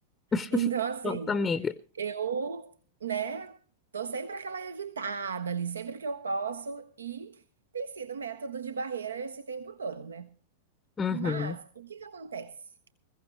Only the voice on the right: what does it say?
Então, assim,
eu, né, tô sempre aquela evitada ali, sempre que eu posso, e tem sido método de barreira esse tempo todo, né.
Mas o que que acontece?